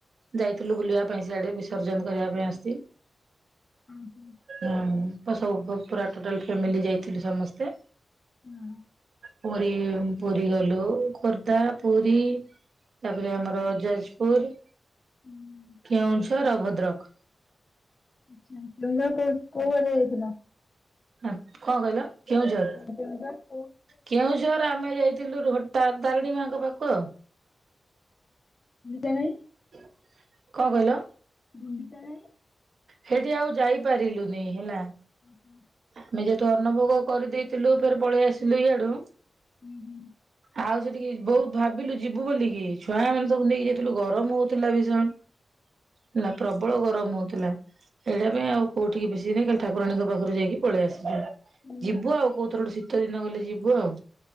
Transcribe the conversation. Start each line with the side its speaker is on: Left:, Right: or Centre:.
Right: ଯାଇଥିଲୁ ବୁଲିବା ପାଇଁ ସିଆଡ଼େ ବିସର୍ଜନ କରିବା ପାଇଁ ଆସି
Left: ହୁଁ ହୁଁ
Right: ଉଁ ସବୁ ପୁରା ଟୋଟାଲ ଫାମିଲି ଯାଇଥିଲୁ ସମସ୍ତେ।
Left: ହଁ।
Right: ପୁରୀ ପୁରୀ ଗଲୁ ଖୋର୍ଦ୍ଧା ପୁରୀ। ତାପରେ ଆମର ଯାଜପୁର
Left: ହୁଁ।
Right: କେଉଁଝର ଆଉ ଭଦ୍ରକ।
Left: ଆଛା ତୁମର କୋ କୋଉ <unintelligible> ଯାଇଥିଲା?
Right: ଆପ କଣ କହିଲ କେଉଁଝର।
Left: କ <unintelligible>
Right: କେଉଁଝର ଆମେ ଯାଇଥିଲୁ ଘୋଟା ତାରିଣୀ ମାଙ୍କ ପାଖକୁ।
Left: ଯାଇ
Right: କଣ କହିଲ?
Left: ଗୁଣ୍ଡିଚା ଘାଇ
Right: ସେଠି ଆଉ ଯାଇପାରିଲୁନି ହେଲା।
Left: ହୁ ହୁଁ।
Right: ଆମେ ଯେହେତୁ ଅନୁଭୋଗ କରିଦେଇଥିଲୁ ଫେର ପଳେଇ ଆସିଲୁ ଇଆଡୁ।
Left: ହୁଁ ହୁଁ।
Right: ଆଉ ସେଠିକି ବହୁତ ଭାବିଲୁ ଯିବୁ ବୋଲିକି ଛୁଆ ମାନେ ସବୁ ନେଇକି ଯାଇଥିଲୁ ଗରମ ହଉଥିଲା ଭୀଷଣ ହେଲା ପ୍ରବଳ ଗରମ ହଉଥିଲା। ଏଇଟା ପାଇଁ ଆଉ କୋଉଠିକି ବେଶୀ ନାଇଁ ଖାଲି ଠାକୁରାଣିଙ୍କ ପାଖରୁ ଯାଇକି ପଳେଇ ଆସିଲୁ
Left: ହୁଁ
Right: ଯିବୁ ଆଉ କୋଉଥର ଶ ତ ଦିନ ଗଲେ ଯିବୁ ଆଉ।